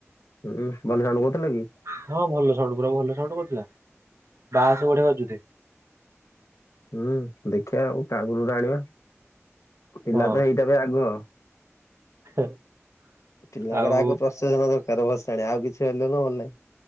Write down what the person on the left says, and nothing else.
ହୁଁ <unintelligible> କହୁଥିଲେ କି
ହୁଁ ଦେଖିବା ଆଉ କାଗଲ ଟା ଆଣିବା ପିଲା
ତ ହେଇଟା ବି ଆଗ
ପିଲାଙ୍କର
ଆଗ ପ୍ରସାଧନ ଦରକାର ଭସାଣି ଆଉ କିଛି ହେଲନ ଭଲ ନାଇଁ